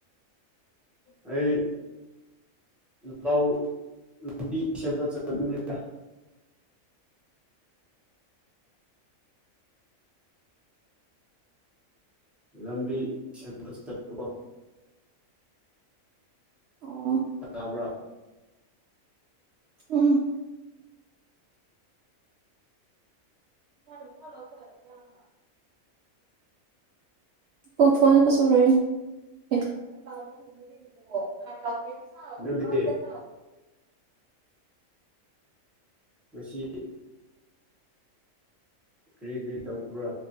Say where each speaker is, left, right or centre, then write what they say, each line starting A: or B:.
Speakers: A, in the centre; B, on the right (about 65°).
A: ꯑꯩ ꯂꯧ ꯂꯝꯕꯤ ꯁꯦꯝꯕ <unintelligible> ꯂꯝꯕꯤ ꯁꯦꯝꯕ ꯆꯠꯄꯀꯣ꯫
B: ꯑꯣ
A: ꯇꯥꯕ꯭ꯔꯥ
B: ꯎꯝ <unintelligible> <unintelligible> <unintelligible>
A: ꯅꯪꯗꯤ ꯉꯁꯤ ꯀꯔꯤ- ꯀꯔꯤ ꯇꯧꯕ꯭ꯔꯥ?